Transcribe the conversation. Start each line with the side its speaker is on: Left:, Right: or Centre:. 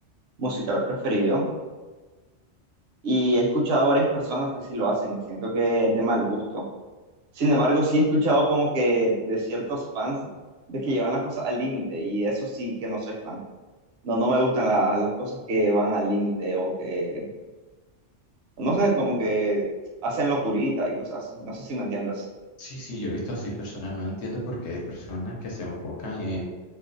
Right: musical preferido y he escuchado a varias personas que sí lo hacen y siento que es de mal gusto. Sin embargo, sí he escuchado como que de ciertos fans de que llevan las cosas al límite y eso sí que no soy fan. No, no me gustan la- las cosas que van al límite o que, no sé, como que hacen locurita y cosas así. No sé si me entiendes.
Left: Sí, sí, yo he visto así personas, no entiendo por qué hay personas que se enfocan en